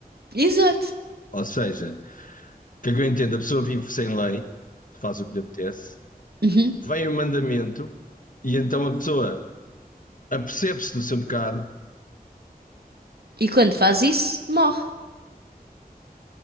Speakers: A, on the right; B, on the left.
A: Exato.
B: Ou seja, o que é que eu entendo? A pessoa vive sem lei, faz o que lhe apetece,
A: Uhum.
B: vem o mandamento e então a pessoa apercebe-se do seu pecado,
A: E quando faz isso, morre.